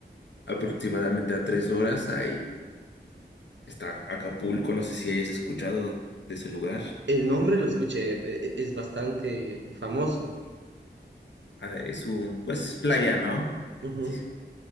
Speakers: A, on the left; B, on the right.
A: aproximadamente a tres horas ahí está Acapulco, no sé si hayas escuchado de ese lugar.
B: El nombre lo escuché, e- e- es bastante famoso.
A: Ah, Es un, pues, playa, ¿no?
B: Ujú,
A: Sí.